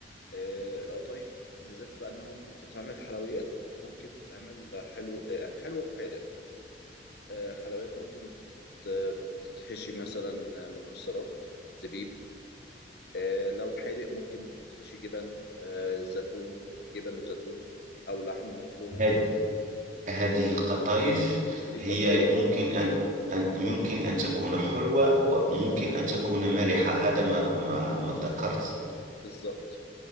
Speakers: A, on the left; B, on the right.
A: آه، القطايف ميزتها بقى إنها ممكن تتعمل حلويات وممكن تتعمل حلو يعني حلو وحادق آه، حلويات ممكن بتت... بتتحشي مثلا آه، مكسرات زبيب آه، لو حادق ممكن بتتحشي جبن آه، زيتون جبن وزيتون أو لحمة مفرومة
B: مهم. هذه
A: آه،
B: القطايف
A: دي
B: هي
A: القطايف
B: ممكن أن أن- ممكن أن تكون حلوة وممكن أن تكون مالحة هذا ما ما ما ذكرت
A: بالظبط